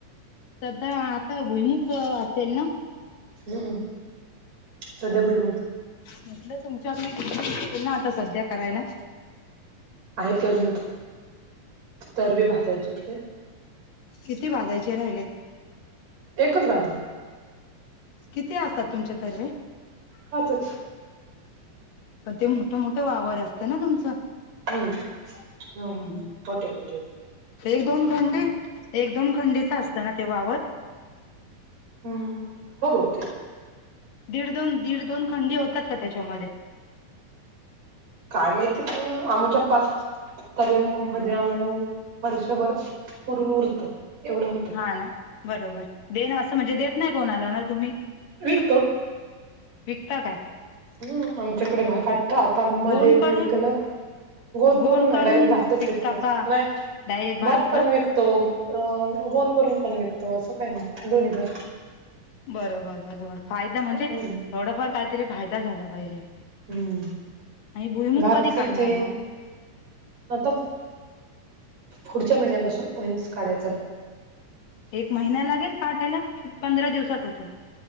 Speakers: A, on the left; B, on the right.
A: सध्या आता भुईमुग असेल ना?
B: हम्म. सध्या भुईमूग.
A: म्हटलं तुमच्याकडे भुईमूग असेल ना आता सध्या करायला.
B: आहेत का अजून तरबी भजायचे ते
A: किती भाजायचे राहिलेत?
B: एकच भाजलाय!
A: किती असतात तुमचे तर बे!
B: पाचच.
A: पण ते मोठं मोठं वावर असतं, ना तुमचं.
B: हूं
A: हम्म
B: हं मोठे मोठे.
A: एक दोन खंडी, एक दोन खंडीच असतं ना ते वावर?
B: हूं हो बहुतेक.
A: दीड दोन, दीड दोन खंडी होतात का त्याच्यामध्ये.
B: काय माहिती पण आमच्या पाच <unintelligible> मध्ये आम्हाला. वर्षभर पुरून उरतं एवढं हो
A: हा ना बरोबर, दे न असं म्हणजे देत नाही कोणाला ना तुम्ही.
B: विकतो
A: विकता काय?
B: हूं आमच्याकडे भात आठ्ठा आता मध्ये
A: गोण
B: मी
A: करून
B: विकल. गोन
A: गोण
B: करून नाही, डायरेक्ट भातच
A: विकता
B: विकतो,
A: का
B: नाही
A: डायरेक्ट
B: भात
A: का
B: पण विक तो अ गोन करून पण विकतो असं काही नाही, दोन्ही पण.
A: बरोबर बरोबर, फायदा म्हणजे
B: हम्म
A: थोडंफार काहीतरी फायदा झाला पाहिजे.
B: हम्म
A: आणि भुईमुग
B: भात
A: कधी
B: किती
A: काढणार मग?
B: आता पुढच्या महिन्यापासून होईन्स काढाय चालू.
A: एक महिना लागेल काढायला, कि पंधरा दिवसात होतं.